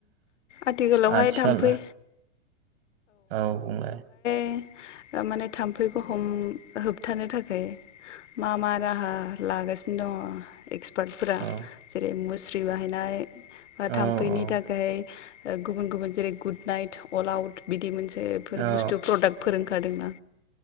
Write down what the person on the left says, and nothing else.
आथिखालावहाय
थाम्फै
माने थाम्फैखौ हम होब होबथानो थाखाय मा मा राहा लागासिनो दङ'? एक्स आबादफोरा
जेरै मुसुमि लि बाहायनाय बा थाम्फैनि
थाखाय गुबुन गुबुन जेरै गुड नाइट, अल आउट बिदि मोनसे बेफोर
बुस्थु प्रडाक्ट फोर ओंखार खारदोंना